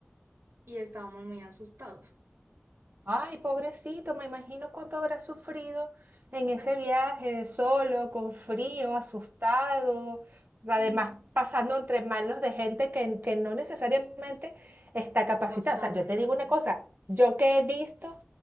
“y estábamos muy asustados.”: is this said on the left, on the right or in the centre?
Right